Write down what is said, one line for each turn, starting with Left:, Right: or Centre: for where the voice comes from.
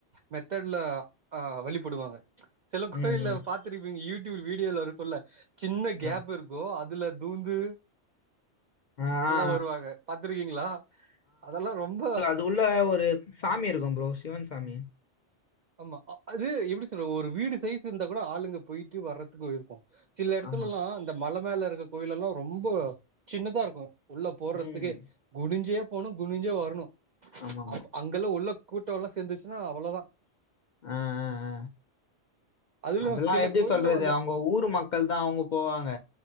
Right: மெத்தட்ல ஆ வழிபடுவாங்க சில கோயில்ல
Left: ம் ம்
Right: பாத்துருப்பீங்க யூடியூப் வீடியோல இருக்குல சின்ன கேப்
Left: ஆ
Right: இரு கூ அதுல தூந்து
Left: ஆ ஆ
Right: எல்லா வருவாங்க பாத்துருக்கீங்களா அதெல்லா ரொம்ப
Left: இது உள்ள ஒரு சாமி இருக்கு ப்ரோ சிவன் சாமி
Right: ஆமா அ அது எப்டி சொல்றது ஒரு வீடு சைஸ் இருந்தா கூட ஆளுங்க போய்ட்டு வர்ற க்கு இருக்கு சில எடத்துலல்லா
Left: ஆமா
Right: இந்த மல மேல இருக்க கோயில் எல்லா ரொம்ப சின்னதா இருக்கு உள்ள போறத்துக்குே
Left: ம்
Right: குனிஞ்சே போணு குனிஞ்சே வரணு
Left: ஆமா ஆமா
Right: அப்ப அங் ல்லா உள்ள கூட்டோல்லா சேந்துச்சினா அவ்வளதா
Left: ஆ ஆ ஆ
Right: அதுல
Left: அதெல்லா
Right: சில
Left: எப்டி
Right: கோயில்ல
Left: சொல்றது
Right: அந்த
Left: அவங்க ஊர் மக்கள் தா அவங்க போவாங்க